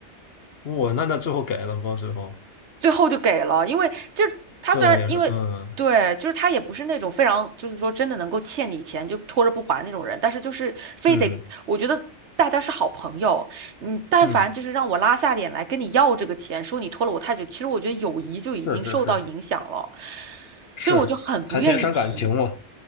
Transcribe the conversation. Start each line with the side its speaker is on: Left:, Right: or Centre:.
Left: 我那那最后给了吗？最后
Right: 最后就给了，因为就是他虽然因为对，
Left: 这后也是，嗯
Right: 就是他也不是那种非常就是说真的能够欠你钱就拖着不还那种人，但是就是非得我觉得大家是好朋友，
Left: 嗯
Right: 你但凡就是让我拉下脸来跟你要这个钱，
Left: 嗯，
Right: 说你拖了我太久，其实我觉得友谊就已经受到影响了，
Left: 是是是是，
Right: 所以我就很不愿意提。
Left: 谈钱伤感情嘛。